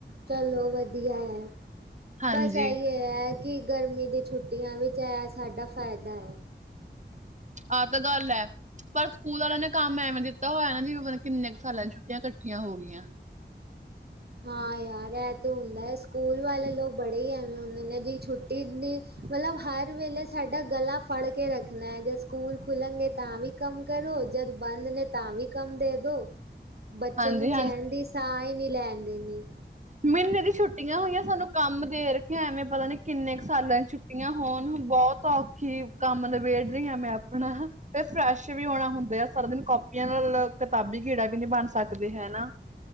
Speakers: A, on the right; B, on the right.
A: ਚਲੋ ਵਧੀਆ ਐ,
B: ਹਾਂਜੀ
A: ਬਸ ਐਈ ਏ। ਐਹ ਕਿ ਗਰਮੀ ਦੀ ਛੁੱਟੀਆਂ ਵਿੱਚ, ਐ ਸਾਡਾ ਫਾਇਦਾ ਐ।
B: ਆ ਤਾ ਗੱਲ ਐ। ਪਰ ਸਕੂਲ ਵਾਲਿਆਂ ਨੇ ਕੰਮ ਐਵੇਂ ਦਿੱਤਾ ਹੋਇਆ ਨਾ, ਜੀਵੇਂ ਪਤਾ ਨੀ, ਕਿੰਨੇ ਕੁ ਸਾਲਾਂ ਦੀ ਛੁੱਟੀਆਂ, ਇਕੱਠੀਆਂ ਹੋਗੀਆਂ।
A: ਹਾਂ ਯਾਰ, ਐ ਤੇ ਹੁੰਦਾ ਸਕੂਲ ਵਾਲੇ ਲੋਕ ਬੜੇ ਹੀ ਐਵੇਂ ਹੁੰਦੇ ਨੇ, ਜੀ ਛੁੱਟੀ ਦੀ ਮਤਲਬ ਹਰ ਵੇਲੇ ਸਾਡਾ ਗਲਾ ਫੜ ਕੇ ਰੱਖਣੈ, ਜਦ ਸਕੂਲ ਖੁਲਂਗੇ ਤਾਂ ਵੀ ਕਮ ਕਰੋ, ਜਦ ਬੰਦ ਨੇ ਤਾਂ ਵੀ ਕੰਮ ਦੇਦੋ।
B: <inaudible>
A: ਬੱਚੇ
B: ਹਾਂਜੀ
A: ਨੂੰ ਚੈਣ ਦੀ, ਸਾਹ ਹੀ ਨਹੀ ਲੈਣ ਦੇਣੀ।
B: ਮ੍ਹੀਨੇ ਦੀ ਛੁੱਟੀਆਂ ਹੋਈਆਂ ਸਾਨੂੰ ਕੰਮ ਦੇ ਰੱਖਿਆ ਐਵੇਂ, ਪਤਾ ਨੀ ਕਿੰਨੇ ਕ ਸਾਲਾਂ ਦੀ ਛੁੱ ਛੁੱਟੀਆਂ ਹੋਣ ਬਹੁਤ ਔਖੀ ਕੰਮ ਨਬੇੜ ਰਹੀ ਹਾਂ, ਮੈਂ ਆਪਣਾ। ਤੇ ਫਰੈਸ਼ ਵੀ ਹੋਣਾ ਹੁੰਦਾ ਆ, ਸਾਰਾ ਦਿਨ ਕੌਪੀਆਂ ਨਾਲ ਕਿਤਾਬੀ ਕੀੜਾ ਵੀ ਨਹੀ, ਬਣ ਸਕਦੇ ਹੈਨਾ।